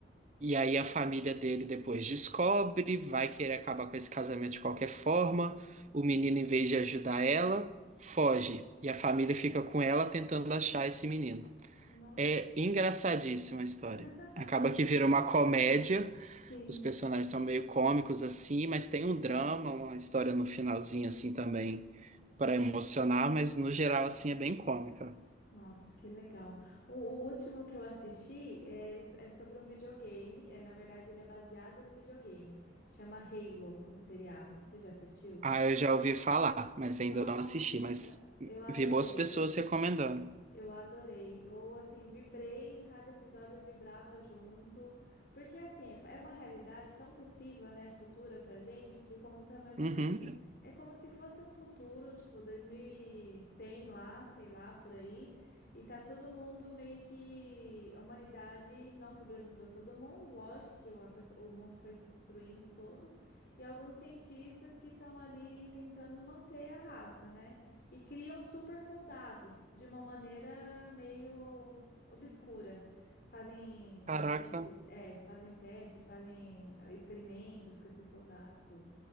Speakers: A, on the right; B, on the left.
A: E aí a família dele depois descobre, vai querer acabar com esse casamento de qualquer forma. O menino, em vez de ajudar ela, foge. E a família fica com ela tentando achar esse menino.
B: nossa.
A: É engraçadíssima a história.
B: <laughs>
A: Acaba que vira uma comédia.
B: Sim.
A: Os personagens são meio cômicos assim, mas tem um drama, uma história no finalzinho assim também para emocionar, mas no geral assim é bem cômica.
B: Nossa, que legal. O, o último que eu assisti é, s- é sobre um videogame. É, na verdade, ele é baseado no videogame. Chama Halo, um seriado. Você já assistiu?
A: Ah, eu já ouvi falar, mas ainda
B: Nossa.
A: não assisti, mas
B: Eu adorei.
A: vi boas pessoas recomendando.
B: Eu adorei. Eu, assim, vibrei em cada episódio, eu vibrava junto. Porque, assim, é uma realidade tão possível, né, futura pra gente, que conta mais
A: Uhum.
B: ou menos. É como se fosse um futuro, tipo, 2100 lá, sei lá, por aí. E tá todo mundo meio que. A humanidade não sobreviveu todo mundo, lógico que o a pessoa- o mundo foi se destruindo todo. E alguns cientistas que estão ali tentando manter a raça, né? E criam super soldados de uma maneira meio obscura. Fazem testes,
A: Caraca,
B: é, fazem testes, fazem ah, experimentos com esses soldados, tudo.